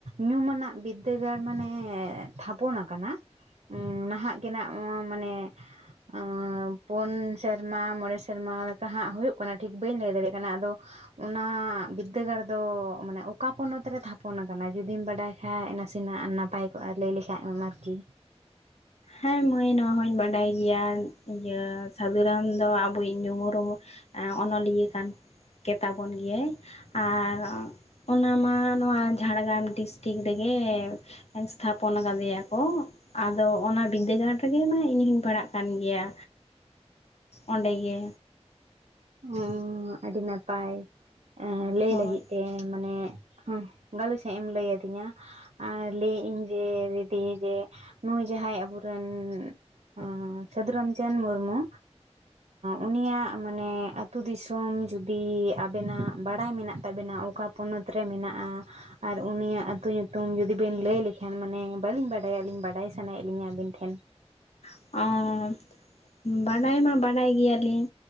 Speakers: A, on the right; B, on the left.
A: ᱧᱩᱢᱟᱱᱟᱜ ᱵᱤᱫᱽᱫᱟᱹᱜᱟᱲ ᱢᱟᱱᱮ ᱛᱷᱟᱯᱚᱱ ᱟᱠᱟᱱᱟ ᱱᱟᱦᱟᱜ ᱜᱮᱱᱟᱜ ᱢᱟᱱᱮ ᱚᱸ ᱯᱩᱱ ᱥᱮᱨᱢᱟ ᱢᱚᱬᱮ ᱥᱮᱨᱢᱟ ᱞᱮᱠᱟ ᱦᱟᱸᱜ ᱦᱩᱭᱩᱜ ᱠᱟᱱᱟ ᱴᱷᱤᱠ ᱵᱟᱹᱧ ᱞᱟᱹᱭ ᱫᱟᱲᱮᱭᱟᱜ ᱠᱟᱱᱟ ᱟᱫᱚ ᱚᱱᱟ ᱵᱤᱫᱫᱟᱹᱜᱟᱲ ᱫᱚ ᱢᱟᱱᱮ ᱚᱠᱟ ᱯᱚᱱᱚᱛ ᱨᱮ ᱛᱷᱟᱯᱚᱱ ᱟᱠᱟᱱᱟ ᱡᱩᱫᱤᱢ ᱵᱟᱰᱟᱭ ᱦᱮᱸ ᱱᱟᱥᱮᱱᱟᱜ ᱱᱟᱯᱟᱭ ᱠᱚᱜᱼᱟ ᱞᱟᱹᱭ ᱞᱮᱠᱷᱟᱡ ᱟᱨᱠᱤ᱾
B: ᱦᱮᱸ ᱢᱟᱹᱭ ᱱᱚᱶᱟ ᱦᱚᱧ ᱵᱟᱰᱟᱭ ᱜᱮᱭᱟ ᱤᱭᱟᱹ ᱥᱟᱹᱫᱷᱩ ᱨᱟᱢ ᱫᱚ ᱟᱵᱚᱭᱤᱡ ᱧᱩᱢ ᱩᱨᱩᱢ ᱚᱱᱚᱞᱤᱭᱟᱹ ᱠᱟᱱ ᱜᱮᱛᱟ ᱵᱚᱱ ᱜᱮᱭᱟᱭ᱾ ᱟᱨ ᱚᱱᱟᱢᱟ ᱱᱚᱶᱟ ᱡᱷᱟᱲᱜᱽᱨᱟᱢ ᱰᱤᱥᱴᱤᱠ ᱨᱮᱜᱮ ᱮᱥᱛᱷᱟᱯᱚᱱ ᱟᱠᱟᱫᱮᱭᱟ ᱠᱚ ᱟᱫᱚ ᱚᱱᱟ ᱵᱤᱫᱽᱫᱟᱹᱜᱟᱲ ᱨᱮᱜᱮ ᱢᱟ ᱤᱧ ᱦᱚᱧ ᱯᱟᱲᱦᱟᱜ ᱠᱟᱱ ᱜᱮᱭᱟ ᱚᱸᱰᱮ ᱜᱮ᱾
A: ᱩᱸᱻᱩᱸ ᱟᱹᱰᱤ ᱱᱟᱯᱟᱭ ᱮᱸ ᱞᱟᱹᱭ
B: ᱦᱳᱭ
A: ᱞᱟᱹᱜᱤᱫ ᱛᱮ ᱢᱟᱱᱮ ᱦᱮᱸ ᱜᱟᱞᱚᱪᱜ ᱮᱢ ᱞᱟᱹᱭ ᱟᱹᱫᱤᱧᱟ <unintelligible> ᱟᱨ ᱞᱟᱹᱭᱮᱫ ᱟᱹᱧ ᱡᱮ ᱫᱤᱫᱤ ᱡᱮ ᱱᱩᱭ ᱡᱟᱦᱟᱸᱭ ᱟᱵᱚᱨᱮᱱ ᱦᱚᱸ ᱦᱚᱸ ᱥᱟᱫᱷᱩ ᱨᱟᱢᱪᱟᱸᱫᱽ ᱢᱩᱨᱢᱩ ᱩᱱᱤᱭᱟᱜ ᱢᱟᱱᱮ ᱟ ᱟᱹᱛᱩᱳ ᱫᱤᱥᱚᱢ ᱡᱩᱫᱤ ᱟᱵᱮᱱᱟᱜ ᱵᱟᱲᱟᱭ ᱢᱮᱱᱟᱜ ᱛᱟᱵᱮᱱᱟ ᱚᱠᱟ ᱯᱚᱱᱚᱛ ᱨᱮ ᱢᱮᱱᱟᱜᱼᱟ᱾ ᱟᱨ ᱩᱱᱤᱭᱟᱜ ᱟᱹᱛᱩ ᱧᱩᱛᱩᱢ ᱡᱩᱫᱤ ᱵᱤᱱ ᱞᱟᱹᱭ ᱞᱮᱠᱷᱟᱱ ᱢᱟᱱᱮ ᱵᱟᱹᱞᱤᱧ ᱵᱟᱰᱟᱭᱟ ᱟᱹᱞᱤᱧ ᱵᱟᱰᱟᱭ ᱥᱟᱱᱟᱭᱮᱫ ᱞᱤᱧᱟᱹ ᱟᱹᱵᱤᱱ ᱴᱷᱮᱱ?
B: <unintelligible> ᱵᱟᱰᱟᱭ ᱢᱟ ᱵᱟᱰᱟᱭ ᱜᱮᱭᱟᱞᱤᱧ